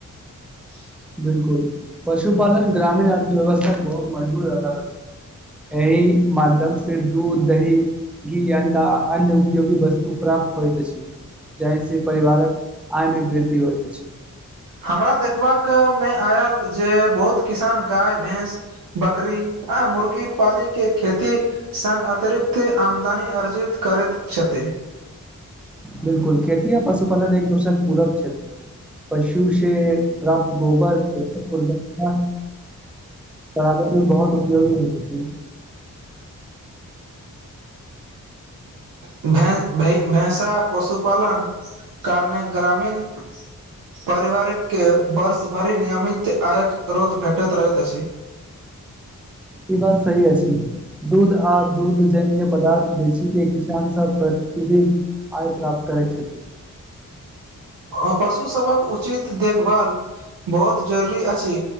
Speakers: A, on the right; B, in the centre.
A: <unintelligible>
B: बिल्कुल पशुपालन ग्रामीण अर्थव्यवस्था कऽ बहुत मजबूत आधार अछी एहि माध्यम से दूध दही घी अंडा अन्य उपयोगी वस्तु प्राप्त होइत अछी जाहि से परिवारक आय में वृद्धि होइत अछि।
A: हमरा देखबाका में आयल जे बहुत किसान गाय भैंस। बकरी आ मुर्गी पाली केँ खेती संघ अतिरिक्त आमदनी अर्जित करैत छथि।
B: बिल्कुल खेती आ पशुपालन एक दोसर पूरक छति <inaudible> पशु से प्राप्त गोबर <unintelligible> बढ़ाबे में बहुत उपयोगी होइत छै। <unintelligible>
A: <unintelligible> भेंसा पशुपालन कारने ग्रामीण पारिवारिक केँ वर्ष भरि नियमित आय कऽ स्रोत भेटैत रहैत अछि।
B: ई बात सही अछि दूध आ दूध जे पेय पदार्थ बेचिके किसानसभ प्रतिदिन आय प्राप्त करैत छथि।
A: आ पशुसभक उचित देखभाल बहुत जरूरी अछि